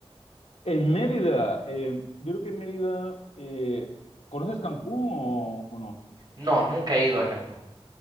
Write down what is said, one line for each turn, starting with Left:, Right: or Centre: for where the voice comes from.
Left: En Mérida, eh, yo creo que en Mérida, eh, ¿conoces Cancún o o no?
Right: No, nunca he ido a Cancún.